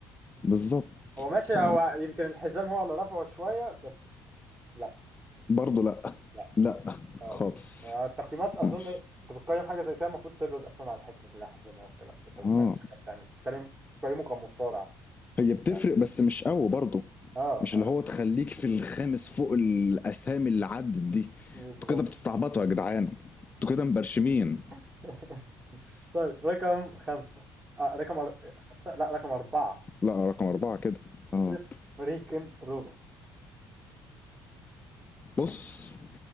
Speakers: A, on the left; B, on the right.
A: بالظبط
B: هو ماشي
A: ف
B: هو يمكن الحزام هو اللي رفعه شوية بس لا
A: برضه لا
B: لا
A: لا
B: اه
A: خالص
B: يعني التقييمات أظن
A: ماشي
B: أنت بتقيم حاجة زي كده المفروض تبعد أصلا عن حتة الأحزمة والكلام ده أنت بتقيم
A: اه
B: حاجة تانية أنت بتقيم بتقيمه كمصارع مش
A: هي بتفرق بس مش قوي برضه
B: اه
A: مش
B: آه،
A: اللي هو تخليك في الخامس فوق الاسامي اللي عدت دي
B: بالظبط
A: انتوا كده بتستعبطوا يا جدعان انتوا كده مبرشمين
B: <laughs> طيب رقم خمسة آه رقم أر... خمسة لا رقم أربعة
A: لا رقم اربعة كده اه
B: سيس فريكن رولينز
A: بص